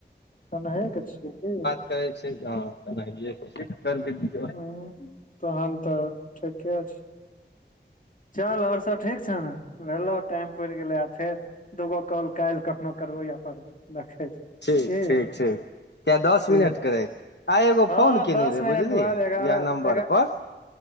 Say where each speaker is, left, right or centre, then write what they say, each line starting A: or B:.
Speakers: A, on the left (about 45°); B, on the left (about 65°).
A: कनहे के छियै कि
B: कहै छै हॅं कनहइये की छी
A: हॅं तहन तऽ ठीके छी चल आओर सब ठीक छौ ने भेलो टाइम पुड़ि गेलै आ फेर दूगो कॉल काल्हि कखनो करबौ अपन रखै छी
B: ठीक
A: की
B: ठीक ठीक किया दस
A: ठीक
B: मिनट के रहै आइ एगो
A: हँ
B: फोन केने
A: दस
B: रहे
A: मिनट
B: बुझलि
A: के बाद
B: इएह
A: एगारह
B: नम्बर
A: एगारह
B: पर